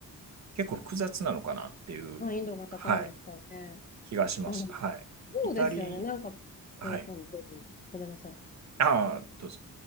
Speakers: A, on the right; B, on the left.
A: 結構複雑なのかなっていう、
B: 難易度が高いんですかね。
A: はい、気がします。
B: まあでも、
A: はい。
B: そうですよね。
A: イタリ
B: なんか、こう、
A: ア、はい。
B: 今度、ごめんなさい。
A: ああ、どうぞ。